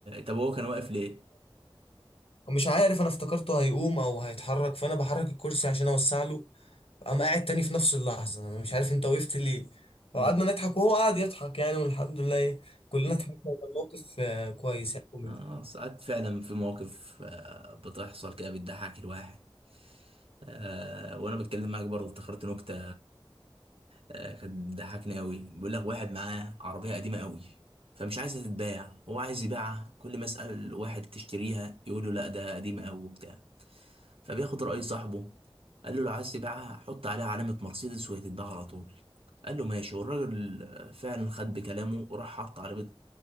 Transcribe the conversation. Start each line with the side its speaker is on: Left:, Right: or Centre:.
Right: طب هو كان واقف ليه
Left: ومش عارف انا افتكرته هيقوم او هيتحرك فانا بحرك الكرسي عشان اوسع له قام قاعد تاني في نفس اللحظه انا مش عارف انت وقفت ليه وقعدنا
Right: أمم.
Left: نضحك وهو قعد يضحك يعني والحمد لله إيه، كلنا ضحكنا وكان موقف آه، كويس يعني كوميدي
Right: اه ساعات فعلا في مواقف آه، بتحصل كده بتضحك الواحد آه وانا بتكلم معاك برضه افتكرت نكتة آه، كانت ضحكني قوي بيقول لك واحد معاه عربية قديمة قوي فمش عايزة تتباع هو عايز يبيعها كل ما يسأل واحد تشتريها يقول له لا ده قديمة قوي وبتاع فبياخد رأي صاحبه قال له لو عايز تبيعها حط عليها علامة مرسيدس وهي تتباع على طول قال له ماشي والراجل آه، فعلا خد بكلامه وراح حط علامة